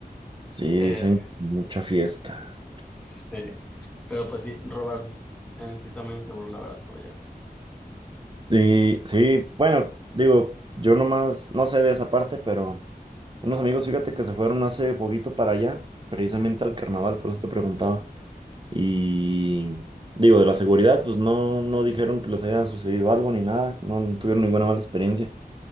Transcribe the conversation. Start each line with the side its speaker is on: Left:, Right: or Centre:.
Right: Sí, dicen
Centre: Eh,
Right: mucha fiesta.
Centre: sí. Pero pues sí, robar en sí está muy inseguro, la verdad, por allá.
Right: Y sí, bueno, digo, yo nomás no sé de esa parte, pero unos amigos, fíjate que se fueron hace poquito para allá, precisamente al carnaval, por eso te preguntaba. Y digo, de la seguridad, pues no, no dijeron que les haya sucedido algo ni nada, no no tuvieron ninguna mala experiencia.